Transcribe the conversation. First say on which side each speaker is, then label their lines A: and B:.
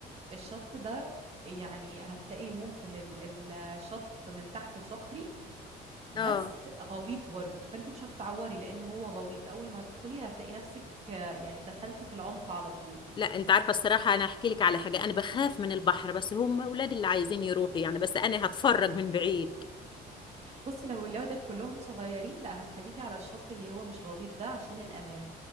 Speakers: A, on the right (about 40°); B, on the left (about 30°).
A: الشط ده يعني هتلاقي ممكن ال- الشط من تحت صخري بس
B: اه
A: غويط برضو فانت مش هتتعوري لانه هو غويط اول ما هتدخلي هتلاقي نفسك آه، يعني دخلتي في العمق على طول
B: لا انت عارفة الصراحة انا احكي لك على حاجة انا بخاف من البحر بس هم اولادي اللي عايزين يروحوا يعني بس انا هتفرج من بعيد
A: بصي لو ولادك كلهم صغيرين لا هتخليكي على الشط اللي هو مش غويط ده عشان الأمان